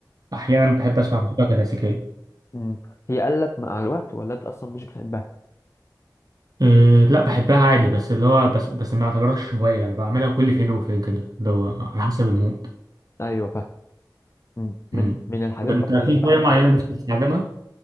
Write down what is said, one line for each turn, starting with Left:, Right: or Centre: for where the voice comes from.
Right: أحيانا بحب أسمع موسيقى كلاسيكية
Left: مم. هي قلت مع الوقت ولا انت اصلا مش بتحبها
Right: أه لا بحبها عادي بس اللي هو بس بس ما أعتبرهاش هواية يعني بعملها كل فين وفين كده اللي هو على حسب المود
Left: ايوه فاهم مم. من
Right: أمم.
Left: من الحاجات
Right: طب أنت
Left: برضه
Right: في
Left: اللي انا
Right: هواية
Left: بحب
Right: معينة
Left: اعملها
Right: نفسك تتعلمها؟